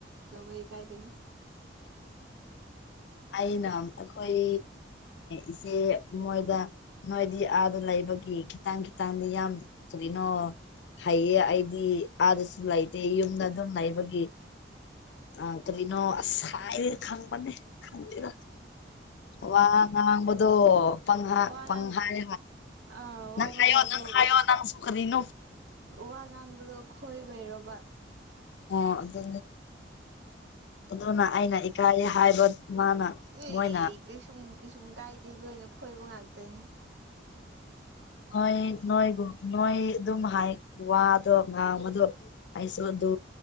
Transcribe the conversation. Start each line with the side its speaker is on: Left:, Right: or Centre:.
Right: ꯇ ꯀꯥꯏ ꯇꯅ
Left: ꯑꯩꯅ ꯑꯩꯈꯣꯏ ꯏꯆꯦ ꯃꯣꯏꯗ ꯅꯣꯏꯗꯤ ꯑꯥꯗ ꯂꯩꯕꯒꯤ ꯈꯤꯇꯪ ꯈꯤꯇꯪꯗꯤ ꯌꯥꯝ ꯀꯔꯤꯅꯣ ꯍꯩꯌꯦ ꯑꯩꯗꯤ ꯑꯥꯗꯁꯨ ꯂꯩꯇꯦ ꯌꯨꯝꯗ ꯑꯗꯨꯝ ꯂꯩꯕꯒꯤ ꯑ ꯀꯔꯤꯅꯣ ꯑꯁꯥꯏꯅꯤꯔ ꯈꯪ ꯃꯅꯦ ꯈꯪꯗꯔ ꯋꯥ ꯉ ꯋꯥꯡꯃꯗꯨꯣ ꯄꯪ
Right: ꯋꯥ
Left: ꯄꯪ
Right: ꯉꯥꯡ
Left: ꯍꯥꯏ
Right: ꯑꯥ ꯋꯥ
Left: ꯅꯪ
Right: ꯉꯥꯡꯥꯡꯕꯗ
Left: ꯍꯥꯏꯌꯣ ꯅꯪ ꯍꯥꯏꯌꯣ ꯅꯪꯁꯨ ꯀꯔꯤꯅꯣ
Right: ꯋꯥ ꯉꯥꯡꯕꯗꯣ ꯈꯣꯏꯕꯩꯔꯣꯕꯥ
Left: ꯑꯣ ꯑꯗꯨ ꯑꯗꯨꯅ ꯑꯩꯅ ꯏꯀꯥꯏ ꯍꯥꯏꯕ ꯃꯥꯅ
Right: ꯏ
Left: ꯃꯣꯏꯅ
Right: ꯏ ꯀꯩꯁꯨꯝ ꯀꯩꯁꯨꯝ ꯀꯥꯏꯗꯦ ꯂꯣꯏꯅ ꯈꯣꯏꯕ ꯉꯥꯛꯇꯅꯤ
Left: ꯍꯣꯏ ꯅꯣꯏꯒ ꯅꯣꯏ ꯑꯗꯨꯝ ꯍꯥꯏ ꯋꯥꯗꯣ ꯑꯉꯥꯡꯕꯗꯣ ꯑꯩꯁꯨ ꯑꯗꯨ